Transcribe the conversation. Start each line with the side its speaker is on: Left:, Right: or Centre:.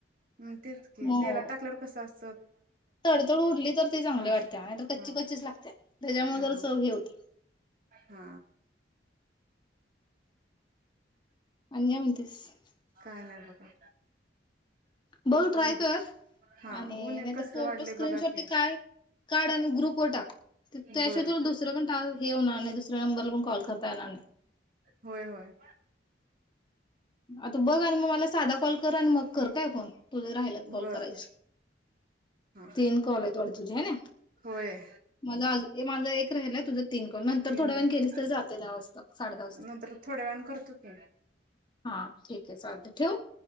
Right: हम् तेच कि
Left: मग
Right: तेलात टाकल्यावर कसं अस
Left: तडतड उरली तर ते चांगली
Right: हा
Left: वाटते आणितर कच्ची
Right: हा
Left: कच्चीच लागते त्याच्यामुळे
Right: हा
Left: जर चव हे होतं
Right: हा
Left: आणि काय म्हणतीसं
Right: काय नाही बघा
Left: बघ ट्राय
Right: ऊन
Left: कर
Right: हा
Left: आणि
Right: ऊन एक
Left: नाहीतर
Right: कसलं
Left: फोटो
Right: वाढलंय
Left: स्क्रीन
Right: बघा
Left: शॉट
Right: की
Left: ते काय काढ आणि ग्रुपवर टाक त्याशिवाय
Right: बर बर
Left: तुला दुसरं पण हे होणार दुसऱ्या नंबरहून कॉल करता येणार नाही
Right: होय होय
Left: आता बघ आणि मग मला साधा कॉल आणि मग कर काय फोन तुझ्या राहायला कॉल
Right: बर
Left: करायची
Right: बर हा
Left: तीन कॉल आहेत वाटत तुझी आहे ना.
Right: होय
Left: माझाज माझा एक राहिलय तुझं तीन करून नंतर
Right: तीन
Left: थोड्या
Right: राहिले
Left: वेण केलीस तरी जाते दहा वाजता साडे दहा वाजता
Right: नंतर थोड्या वेळान करतो की
Left: हा ठीक आहे चालतंय ठेवू.